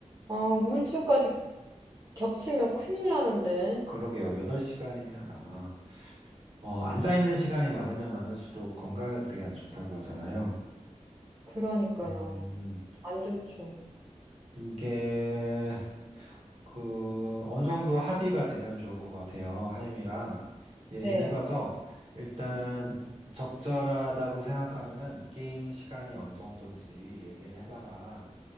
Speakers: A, on the right; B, on the right.
A: 아, 우울증까지 겹치면 큰일 나는데.
B: 그러게요. 8시간이면 아마 어, 앉아있는 시간이 많으면 많을수록 건강에도 되게 안 좋다고 하잖아요.
A: 그러니까요.
B: 음,
A: 안 좋죠.
B: 이게 그 어느 정도 합의가 되면 좋을 것 같아요. 하임이랑 얘기를
A: 네.
B: 해봐서 일단은 적절하다고 생각하는 게임 시간이 어느 정도인지 얘기를 해봐라.